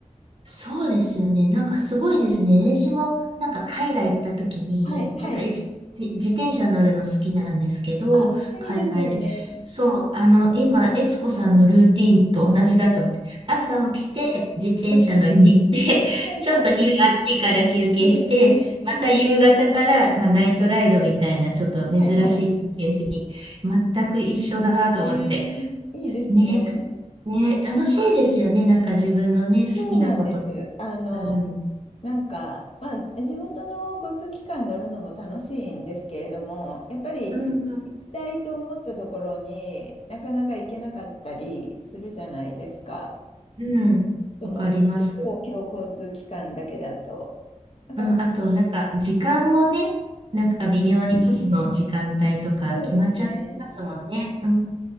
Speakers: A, on the right; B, on the left.
A: そうですよね。なんかすごいですね。私もなんか海外行った時に、
B: はい、はい。
A: なんかえしじ自転車乗るの好きなんですけど、
B: ああ、
A: 海外で。
B: いいですよね。
A: そう、あの、今、悦子さんのルーティンと同じだと思って、朝起きて自転車乗りに行って、
B: <laughs> はい、
A: <laughs> ちょっと昼暑いから休憩して、
B: はい。うん、うん、
A: また夕方から、
B: うん。
A: まあ、ナイトライドみたいなちょっと珍しい体験しに行って、
B: はい、はい。
A: 全く一緒だと思って。
B: えー、いいですね。
A: ね、ね、楽しいですよね。なんか自分のね、好きなこと。
B: そうなんです。あの、
A: ある。
B: なんか、まあ、地元の交通機関乗るのも楽しいんですけれども、やっぱり行きたいと思ったところになかなか行けなかったりするじゃないですか。
A: うん、うん。
B: その公共、
A: わかります。
B: 公共交通機関だけだと。なんかそ、
A: うん、あと、なんか、時間もね、なんか微妙にバスの時間帯とか決まっちゃってますもんね。
B: そうですね。
A: うん。